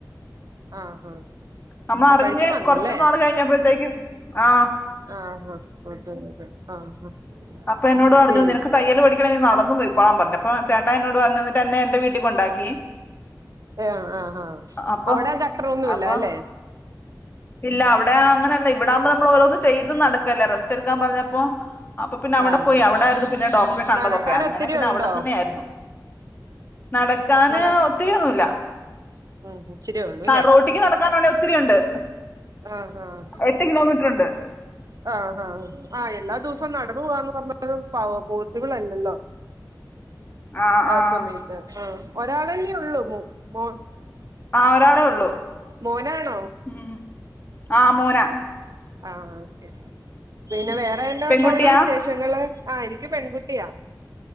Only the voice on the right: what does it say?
ആഹ് ആഹ്
അപ്പഴേക്കും
വന്നല്ലേ
ആഹ് <unintelligible>
പിൻ
ഏഹ് ആഹ് ആഹ്
അവിട കട്ടറൊന്നുല്ലാലേ?
ആഹ്
നടക്കാൻ
ഒത്തിരി
ഉണ്ടോ
നട
ഉം ഇച്ചിരി ഇള്ളൂല്ലേ
ആഹ് ആഹ്
ആഹ് ആഹ., എല്ലാ ദിവസവും നടന്ന് പോവാന്ന് പറഞ്ഞാലും പോസിബിൾ അല്ലല്ലോ?
ആഹ്
സമയത്ത് ആഹ് ഒരാളല്ലേ ഒള്ളൂ ബോ
മോനാണോ
ആഹ ഓകെ. പിന്നെ
വേറെ എന്താ
ഉണ്ട് അവിടെ വിശേഷങ്ങള്? ആഹ് എനിക്ക് പെൺകുട്ടിയാ.